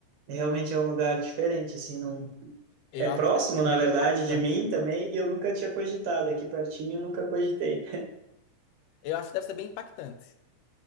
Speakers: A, on the right; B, on the left.
A: É, Realmente é um lugar diferente, assim, não...
B: Eu
A: É próximo,
B: acho que deve
A: na
B: ser
A: verdade,
B: bem impactante.
A: de mim também, e eu nunca tinha cogitado, é aqui pertinho eu nunca cogitei.
B: Eu acho que deve ser bem impactante.